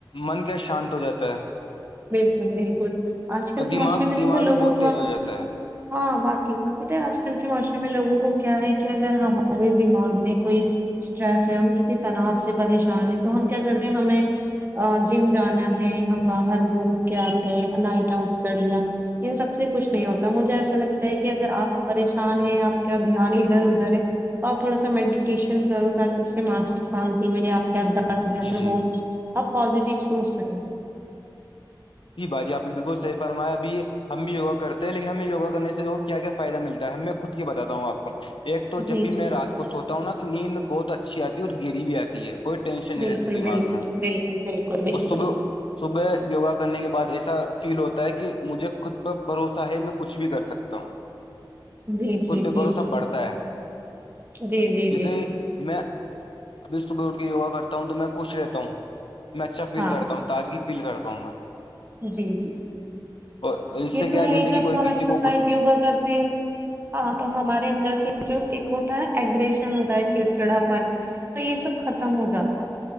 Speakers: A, on the left (about 80°); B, on the right (about 25°).
A: من کیا شانت ہو جاتا ہے
B: بالکل بالکل آج کل
A: اور
B: کے
A: دماغ
B: معاشرے میں
A: دماغ
B: دیکھو لوگوں
A: بھی بہت
B: کا
A: تیز ہو جاتا ہے
B: ہاں باقی اور بت آج کل کے معوشم میں لوگوں کو کیا ہے کہ اگر ہمارے دماغ میں کوئی اسٹریس ہے ہم کسی تناؤ سے پریشان ہیں تو ہم کیا کرتے ہیں ہمیں جم جانا ہے ہم باہر گھوم کے آتے ہیں نائٹ آؤٹ کر لیا ان سب سے کچھ نہیں ہوتا تو مجھے ایسا لگتا ہے کہ اگر آپ پریشان ہیں آپ کا دھیان ادھر ادھر ہے تو آپ تھوڑا سا میڈیٹیشن کرو تاکہ اس سے مانسک شانتی میرے آپد بہتر
A: جی جی
B: ہو آپ پازیٹیو سوچ سکیں
A: جی بھ جی آپ نے بالکل صحی فرمایا ابھی ہم بھی وگا کرتے ہیں لیکن ہمیں وگا کرنے سے کیا فائدہ ملتا ہے میں خود کی باتا ہوں آپ کو ایک
B: جی
A: تو جب بھی
B: جی
A: میں
B: جی
A: رات کو سوتا ہوں نا تو نیند بہت اچھی آتی ہے اور گیری بھی آتی ہے کوئی ٹینشن نہیں
B: بالکل
A: رہتی دماغ
B: بال
A: میں
B: بالکل بالکل بالکل
A: اور صب صبح یوگا کا کرنے کے بعد ایسا فیل ہوتا ہے کہ مجھے خود پر بھروسہ ہے میں کچھ بھی کر سکتا ہوں
B: جی جی
A: کتے
B: جی
A: بوروں سب
B: جی
A: بڑھتا ہے
B: جی جی جی
A: جے میں ابھی صبح اٹھ کے یوگا کرتا ہوں تو میں خوش رہتا ہوں میں اچھا فیل
B: ہاں
A: کرتا ہوں تازگی فیل کرتا ہوں میں
B: جی جی
A: اور اس سے
B: یہ
A: کیا
B: تو ہے
A: جیسے
B: ہی جب
A: کہ کوئی
B: ہم
A: کسی
B: ایکسرسائز
A: کو
B: یوگا کرتے ہیں ہاں تو ہمارے اندر سے جو ایک ہوتا ہے ن ایگریشن ہوتا ہے چڑ چڑا پن تو یہ سب ختم ہو جاتا ہے